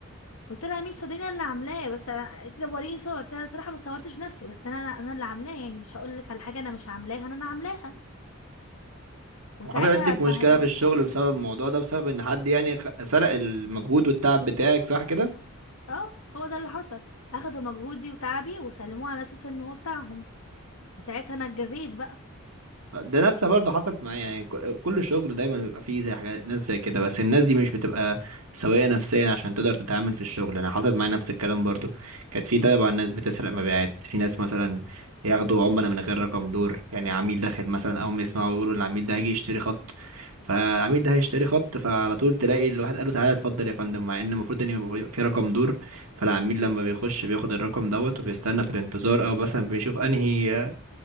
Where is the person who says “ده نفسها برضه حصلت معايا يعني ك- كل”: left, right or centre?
Right